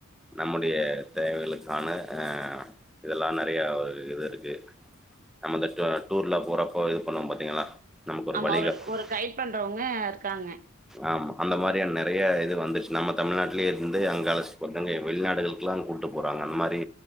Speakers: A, in the centre; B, on the right.
A: நம்முடைய தேவையளுக்கான ஆ இதெல்லா நெறையா ஒரு இதுயிருக்கு நம்ம இந்த ட் டூர்ல போறப்போ இது பண்ணுவோ பாத்தீங்களா நமக்கு
B: ஆமா
A: வழிகாட்டு
B: ஒரு ஒரு கைட் பண்றவங்க இருக்காங்க
A: ஆமா அந்த மாரியான நெறைய இது வந்துருச்சி நம்ம தமிழ்நாட்லயே இருந்து அங்க அழச்சிட்டுப்போறது <unintelligible> வெள்நாடுகளுக்கெல்லா கூட்டு போறாங்க அந்த மாரி